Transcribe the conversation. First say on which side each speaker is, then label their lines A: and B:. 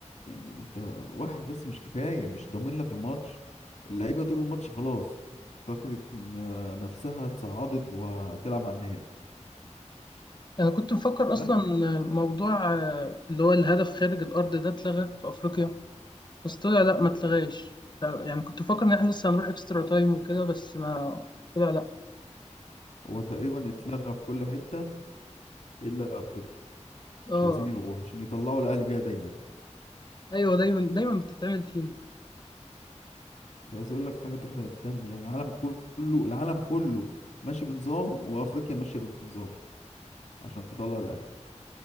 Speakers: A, on the left; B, on the left.
A: يعني انت واحد بس مش كفاية مش ضامن لك الماتش اللعيبة طول الماتش خلاص فكرة ن- نفسها اتصعدت وهتلعب على النهائي
B: أنا كنت مفكر
A: بلا
B: أصلا موضوع آه، اللي هو الهدف خارج الأرض ده اتلغى في أفريقيا بس طلع لأ ما اتلغاش ف- يعني كنت مفكر إن إحنا لسه هنروح إكسترا تايم وكده بس ما طلع لأ
A: هو تقريبا اتلغى في كل حتة إلا أفريقيا
B: آه
A: مش عايزين يلغوها عشان يطلعوا الأهلي بيها دايما
B: أيوه دايما دايما بتتعمل فينا
A: ده عايز أقول لك حاجة تحرق الدم يعني العالم كله العالم كله ماشي بنظام وأفريقيا ماشية بنظام عشان تطلع الأهلي